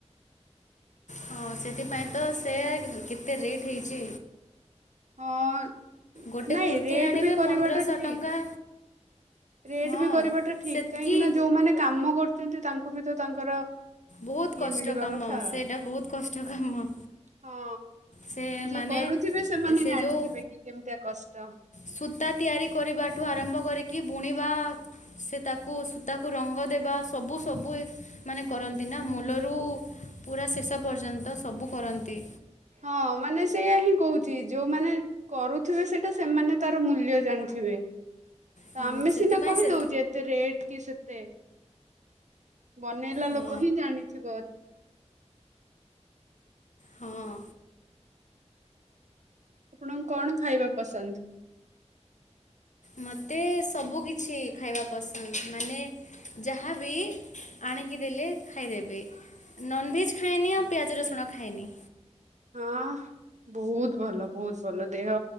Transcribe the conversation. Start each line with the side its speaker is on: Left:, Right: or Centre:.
Left: ହଁ, ସେଥିପାଇଁ ତ ସେୟା, କିନ୍ତୁ କେତେ ରେଟ୍ ହେଇଛି।
Right: ହଁ
Left: ଗୋଟେ
Right: ନାଇଁ
Left: କୁର୍ତ୍ତୀ
Right: ରେଟ୍
Left: ଆଣିବେ
Right: ବି କରିବାଟା
Left: ପନ୍ଦରଶହ
Right: ଠିକ
Left: ଟଙ୍କା।
Right: ରେଟ୍
Left: ହଁ
Right: ବି କରିବାଟା ଠିକ,
Left: ସେତିକି
Right: କାହିଁକିନା ଯୋଉମାନେ କାମ କରୁଚନ୍ତି ତାଙ୍କୁ ବି ତ ତାଙ୍କର
Left: ବହୁତ
Right: ଇଏ
Left: କଷ୍ଟ
Right: ମିଳିବା
Left: କାମ,
Right: କଥା
Left: ସେଇଟା ବହୁତ କଷ୍ଟ କାମ।
Right: ହଁ,
Left: ସେ
Right: ଯିଏ
Left: ମାନେ
Right: କରୁଥିବେ ସେମାନେ
Left: ସେ
Right: ଜାଣିଥିବେ
Left: ଯେଉଁ
Right: କି କେମିତିଆ କଷ୍ଟ।
Left: ସୂତା ତିଆରି କରିବାଠୁ ଆରମ୍ଭ କରିକି ବୁଣିବା ସେ ତାକୁ ସୂତାକୁ ରଙ୍ଗ ଦେବା। ସବୁ ସବୁ ଏ ମାନେ କରନ୍ତି ନା, ମୂଲରୁ ପୁରା ଶେଷ ପର୍ଯ୍ୟନ୍ତ ସବୁ କରନ୍ତି।
Right: ହଁ ମାନେ ସେଇଆା ହିଁ କହୁଛି, ଯୋଉମାନେ କରୁଥିବେ ସେଟା ସେମାନେ ତାର ମୂଲ୍ୟ ଜାଣୁଥିବେ। ତ
Left: ହୁଁ,
Right: ଆମେ
Left: ସେଥିପାଇଁ
Right: ସିନା କହିଦଉଚେ।
Left: ସେ
Right: କେତେ ରେଟ୍ କି ସେତେ? ବନେଇଲା
Left: ହଁ
Right: ଲୋକ ହିଁ ଜାଣିଥିବ।
Left: ହଁ।
Right: ଆପଣଙ୍କୁ କଣ ଖାଇବା ପସନ୍ଦ?
Left: ମୋତେ ସବୁ କିିଛି ଖାଇବା ପସନ୍ଦ। ମାନେ ଯାହାବି ଆଣିକି ଦେଲେ ଖାଇଦେବି। ନନଭେଜ୍ ଖାଏନି, ଆଉ ପିଆଜ ରସୁଣ ଖାଏନି।
Right: ହଁ, ବହୁତ ଭଲ, ବହୁତ ଭଲ। ଦେହ